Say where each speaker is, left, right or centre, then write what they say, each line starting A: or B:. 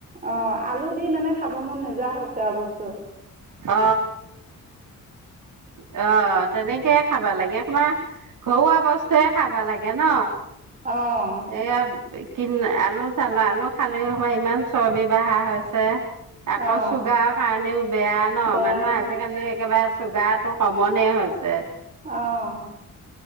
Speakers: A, on the right; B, on the right.
A: অঁ আলু দি মানে খাব মন নোযোৱা হৈছে আৰু বস্তু। অঁ <unintelligible>
B: অ অহ তেনেকে খাবা লাগে। তোমাৰ ঘৰুৱা বস্তুৱয়ে খাব লাগে ন?
A: অঁ
B: সেয়া কি আলু চালো আলু খালে সময় ইমান চৰ্বি বহা হৈছে। আকৌ
A: অঁ
B: চুগাৰ কাৰণেও বেয়া ন
A: বেয়া
B: মানুহৰ আজিকালি একেবাৰে চুগাৰটো কমনে হৈছে।
A: অহ